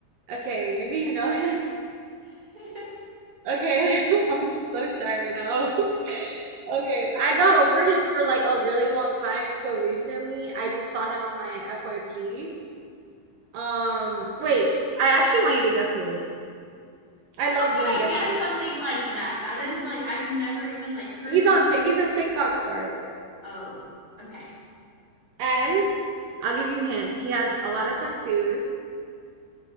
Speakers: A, on the right; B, on the right.
A: Okay, maybe you know him. <laughs>
B: <laughs> How
A: Okay, <laughs> I'm so shy right now. <laughs> Okay, I got over him for like a really long time until recently. I just saw him on my FYP. Um, wait, I actually want you to guess who it is. I love
B: could
A: doing
B: I
A: guessing
B: guess
A: games.
B: something like that? That is like, I've never even like heard
A: He's
B: your
A: on,
B: type.
A: Ti- he's a TikTok star though.
B: Oh, okay.
A: And I'll give you hints. He has a lot of tattoos.